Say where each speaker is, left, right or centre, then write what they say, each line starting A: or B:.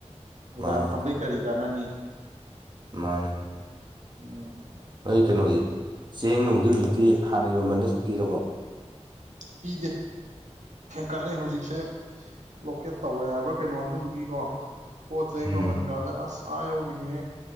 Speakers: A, on the right; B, on the right.
A: ꯗꯨꯀꯥꯟ
B: ꯃꯥꯅꯦ
A: ꯐꯝꯕꯩ ꯀꯔꯤ ꯀꯥꯟꯅꯅꯤ
B: ꯃꯥꯅꯦ
A: ꯎꯝ
B: ꯑꯩ ꯀꯩꯅꯣꯖꯤ ꯆꯦꯡ ꯅꯨꯡꯗꯤ ꯍꯧꯖꯤꯛꯇꯤ ꯍꯥꯟꯅꯒꯤ ꯃꯃꯟꯗ ꯁꯨꯞꯄꯤꯤꯔꯕꯣ
A: ꯄꯤꯗ ꯀꯂ ꯍꯧꯖꯤꯛꯁꯦ ꯕ꯭ꯂꯣꯀꯦꯠ ꯇꯧꯋꯦ ꯍꯥꯏꯕ ꯈ ꯀꯩꯅꯣ ꯑꯗꯨꯗꯨꯒꯤꯀꯣ ꯄꯣꯠ ꯆꯩ
B: ꯎꯝ
A: ꯃꯃꯟꯒꯒꯥꯗꯦ ꯑꯁ ꯑꯥ ꯌꯧꯕꯤꯅꯦ